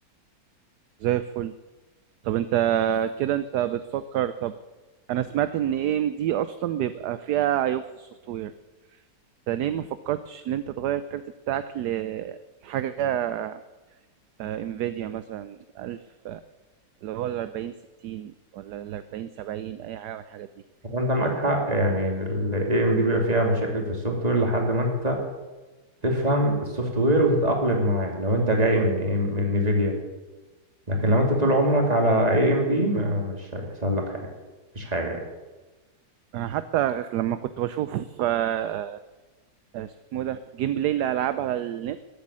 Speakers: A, on the right; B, on the right.
A: زي الفل طب انت كده انت بتفكر طب انا سمعت ان اي ام دي اصلا بيبقى فيها عيوب في السوفت وير انت ليه ما فكرتش ان انت تغير الكارت بتاعك لحاجه انفيديا مثلا 1000 اللي هو ال 40 60 ولا ال 40 70 اي حاجه من الحاجات دي
B: وانت معاك حق يعني ال AMD بيبقى فيها مشاكل في السوفت وير لحد ما انت تفهم السوفت وير وتتأقلم معاه لو انت جاي من ايه من نيفيديا لكن لو انت طول عمرك على AMD ما مش هيحصل لك حاجه مفيش حاجه يعني
A: انا حتى لما كنت بشوف آه، آه، اسمه إيه ده جيم بلاي للالعاب على النت